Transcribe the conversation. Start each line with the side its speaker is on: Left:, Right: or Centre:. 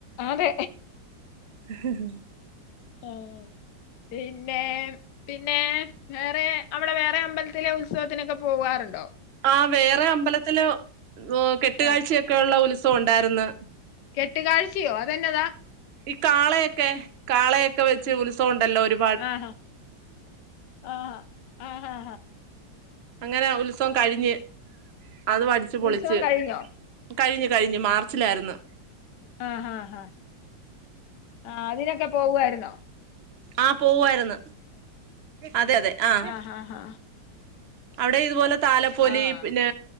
Left: അതെ
Right: <unintelligible>
Left: ആഹ് പിന്നെ പിന്നെ വേറെ അവിടെ വേറെ അമ്പലത്തിലെ ഉത്സവത്തിനൊക്കെ പോകാറുണ്ടോ
Right: ആഹ് വേറെ അമ്പലത്തില് കെട്ടുകാഴ്ചയൊക്കെ
Left: ആ
Right: ഉള്ള ഉത്സവം ഉണ്ടാരുന്ന്
Left: കെട്ട്കാഴ്ചയോ അതെന്നതാ
Right: ഈ കാളയൊക്കെ കാളയൊക്കെ വെച്ച് ഉത്സവം ഉണ്ടല്ലോ ഒരു
Left: ആഹ് ആഹ് ആഹ് ആഹ്
Right: അങ്ങനെ ഉത്സവം കഴിഞ്ഞ് അതും അടിച്ചു പൊളിച്ച്
Left: ഉത്സവം കഴിഞ്ഞോ
Right: കഴിഞ്ഞു കഴിഞ്ഞു മാർച്ചിലായിരുന്നു
Left: ആഹ് ഹാ ഹാ ആഹ് അതിനൊക്കെ പോകുവായിരുന്നോ
Right: ആഹ് പോവുവായിരുന്നു അതെ അതെ ആഹ്
Left: ആഹാഹാ
Right: അവിടെ ഇതുപോലെ താലപ്പൊലി
Left: ആഹ്
Right: പിന്നെ